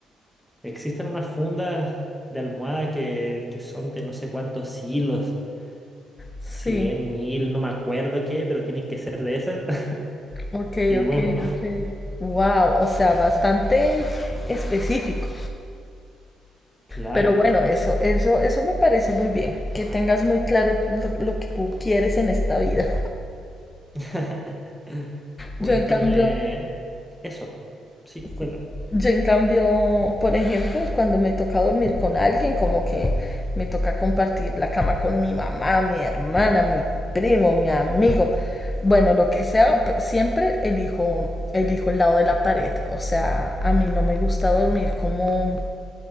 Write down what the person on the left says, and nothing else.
Sí,
ok,
ok,
ok. Wow, o sea, bastante específico.
Pero bueno, eso, eso, eso me parece muy bien, que tengas muy claro lo, lo que tú quieres en esta vida.
Yo en cambio,
Sí. Yo en cambio, por ejemplo, cuando me toca dormir con alguien, como que me toca compartir la cama con mi mamá, mi hermana, mi primo, mi amigo, bueno, lo que sea, p- siempre elijo, elijo el lado de la pared. O sea, a mí no me gusta dormir como,